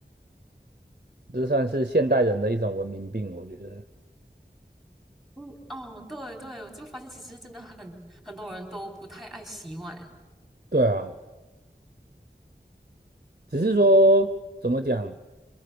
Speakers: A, on the right (about 50°); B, in the centre.
A: 这算是现代人的一种文明病，我觉得。
B: 嗯，哦，对对，我就发现其实真的很很多人都不太爱洗碗。
A: 对啊。只是说怎么讲，